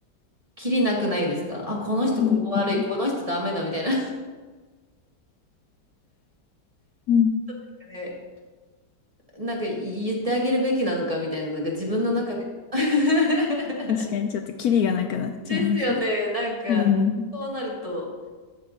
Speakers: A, on the right; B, on the left.
A: キリなくないですかあ、この人ここ悪い、
B: うん。うん。
A: この人ダメだみたいな。
B: <laughs>
A: <laughs> なんかね、なんか言ってあげるべきなのかみたいな、なんか自分の中で。<laughs>
B: 確かにちょっとキリがなくなっちゃいますね。
A: ですよね。なんか、
B: うん。
A: そうなると、